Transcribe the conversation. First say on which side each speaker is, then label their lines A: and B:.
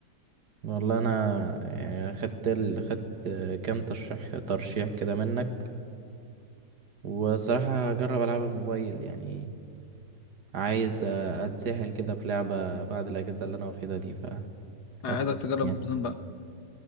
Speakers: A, on the right; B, on the left.
A: والله انا يعني خدت ال... خدت كام ترشيح ترشيح كده منك وصراحه هجرب العب الموبايل يعني عايز اتسحل كده في لعبه بعد الاجازه اللي انا واخدها دي هسأل
B: أنا عايزك تجرب
A: يعني
B: وورزون بقى